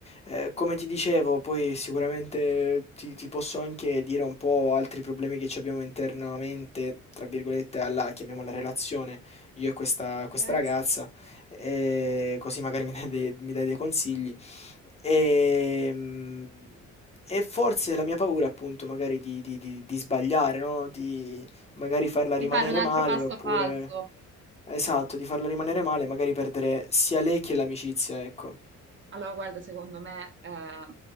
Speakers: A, on the left; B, on the right.
A: Eh, come ti dicevo, poi sicuramente ti, ti posso anche dire un po' altri problemi che ci abbiamo internamente, tra virgolette, alla, chiamiamola relazione, io e questa, questa
B: eh,
A: ragazza, eh, così magari <laughs> mi dai dei, mi dai dei consigli. Ehm, E, forse la mia paura, appunto, magari di, di- di- di sbagliare, no? Di magari farla
B: di
A: rimanere
B: fare un altro
A: male,
B: passo
A: oppure...
B: falso.
A: Esatto, di farla rimanere male, magari perdere sia lei che l'amicizia, ecco.
B: Allora, guarda, secondo me ehm,